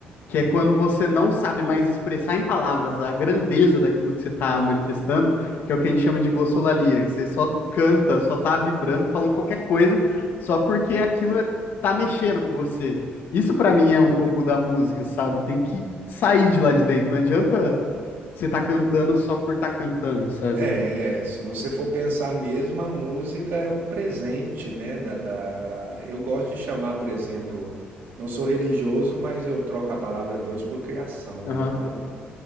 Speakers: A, on the left; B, on the right.
A: que é quando você não sabe mais expressar em palavras a grandeza daquilo que você está manifestando, que é o que a gente chama de glossolalia, que você só canta, só tá vibrando, falando qualquer coisa, só porque aquilo é, tá mexendo com você. Isso para mim é um pouco da música, sabe? Tem que sair de lá de dentro. Não adianta você tá cantando só por estar tá cantando, sabe?
B: é, se você for pensar mesmo, a música é um presente, né? Da, da... Eu gosto de chamar, por exemplo, não sou religioso, mas eu troco a palavra Deus por criação, né?
A: Aham,
B: Então,